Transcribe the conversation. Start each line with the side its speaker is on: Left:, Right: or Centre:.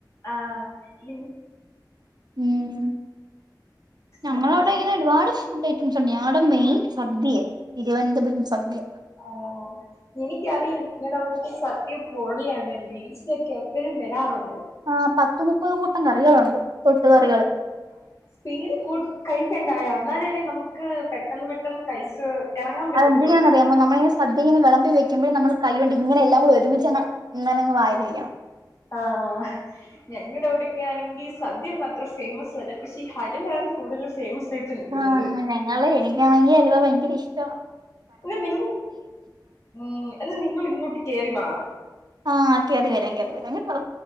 Left: ആഹ് നി
Right: ഉം ഞങ്ങളവിടെ
Left: നന്ദു
Right: ഇങ്ങനെ ഒരുപാട് ഫുഡ് ഉണ്ട് സദ്യ ഞങ്ങടെ മെയിൻ സദ്യയാ തിരുവനന്തപുരം സദ്യ
Left: ആഹ് എനിക്കറിയാം നിങ്ങടെ അവിടുത്തെ സദ്യ പൊളിയാണ് റീൽസിലൊക്കെ എപ്പൊഴും വരാറുണ്ട്
Right: ആഹ് പത്ത് മുപ്പത് കൂട്ടം കറികളുണ്ട് തൊട്ട്
Left: ഉം
Right: കറികള്
Left: സ്പീഡ് കൂട്ടി കഴിക്കണ്ടായോ അന്നാലല്ലേ നമുക്ക് പെട്ടെന്ന് പെട്ടെന്ന് കഴിച്ച് എറങ്ങാൻ പറ്റത്തുള്ളൂ
Right: അത് എന്തിനാന്ന് അറിയാം നമ്മളീ സദ്യ ഇങ്ങനെ വിളമ്പി വെക്കുമ്പോ നമ്മള് കൈ കൊണ്ട് ഇങ്ങനെയെല്ലാം കൂടെ ഒരുമിച്ച് ഇങ്ങനങ്ങ് വായി വയ്ക്കണം
Left: ആഹ് ഹാ ഞങ്ങടെ അവിടൊക്കെ ആണെങ്കിൽ സദ്യ ഒന്നും അത്ര ഫേമസ് അല്ല പക്ഷെ ഈ ഹലുവയാണ് കൂടുതലും ഫേമസ് ആയിട്ട് നിക്കുന്നത്
Right: ആഹ് അങ്ങനെ ഞങ്ങള് എനിക്കാണെങ്കി അലുവ ഭയങ്കര ഇഷ്ടമാ
Left: എന്നാ നിങ്ങള് ഉം എന്നാ നിങ്ങള് ഇങ്ങോട്ട് കേറി വാ
Right: ആഹ് കേറി വരാം കേറി വരാം കേട്ടോ